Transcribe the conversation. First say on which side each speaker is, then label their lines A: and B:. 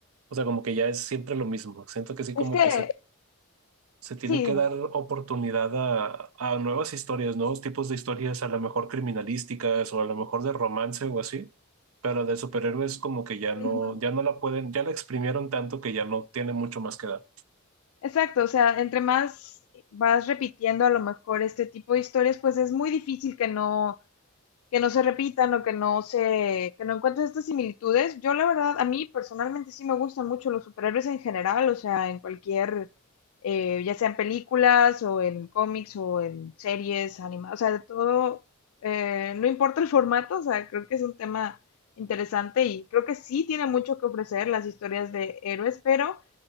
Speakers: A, on the right; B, on the left.
A: O sea, como que ya es siempre lo mismo. Siento que sí, como
B: Es que,
A: que se, se tiene
B: Sí,
A: que
B: dime.
A: dar oportunidad a, a nuevas historias, nuevos tipos de historias, a lo mejor criminalísticas o a lo mejor de romance o así, pero de superhéroes como que ya
B: ujú,
A: no, ya no la pueden, ya la exprimieron tanto que ya no tiene mucho más que dar.
B: Exacto, o sea, entre más vas repitiendo a lo mejor este tipo de historias, pues es muy difícil que no que no se repitan o que no se, que no encuentres estas similitudes. Yo la verdad, a mí personalmente sí me gustan mucho los superhéroes en general, o sea, en cualquier, eh, ya sean películas o en cómics o en series, animadas, o sea, de todo, eh, no importa el formato, o sea, creo que es un tema interesante y creo que sí tiene mucho que ofrecer las historias de héroes, pero